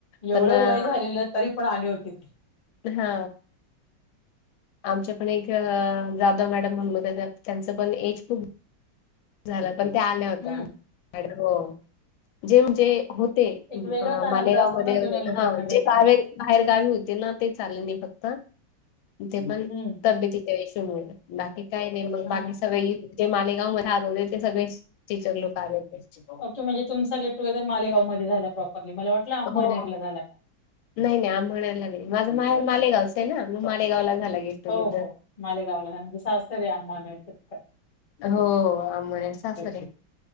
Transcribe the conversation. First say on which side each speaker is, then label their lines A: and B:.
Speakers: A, on the left (about 35°); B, on the left (about 85°).
A: एवढं
B: पण अ,
A: वय झालेलं तरी पण आले होते ते
B: हा आमच्या पण एक जाधव मॅडम म्हणून होत्या त्या त्यांचं पण एज खूप झालं पण त्या आल्या होत्या
A: हम्म
B: आणि हो जे म्हणजे होते
A: एक वेगळाच आनंद
B: मालेगाव
A: असतो
B: मध्ये
A: ना
B: होते
A: जुन्या लोकांना
B: हा
A: भेटण्याचा
B: जे बाहेर बाहेर गावी होते ना तेच आले नाही फक्त तेे पण
A: हम्म
B: तब्येती त्या इशु मुळे बाकी काय नाय मग बाकी
A: हा
B: सगळे जे मालेगाव म राहत होते ते सगळेच टीचर लोक आले. होते.
A: ओके म्हणजे तुमचा गेटुगेदर मालेगाव मध्ये झाला प्रॉपरली मला वाटलं अम्नेरलर
B: हो.
A: झाला काय
B: नाही नाही आंबरनेर माझा माझं माहेर मालेगावच ये ना म मालेगावला झाला गेट टुगेदर.
A: हो हो मालेगावला हं म्हणजे सासर ये अंमळनेर च्या ठिकाणी
B: हो आम्बरनेर सासर
A: ओके
B: ये